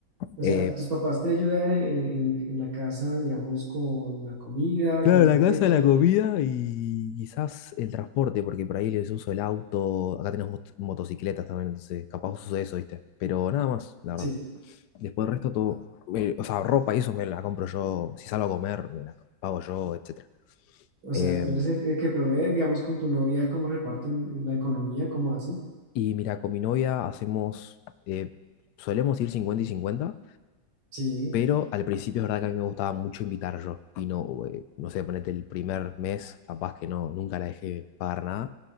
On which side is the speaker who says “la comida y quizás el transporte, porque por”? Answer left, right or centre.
Left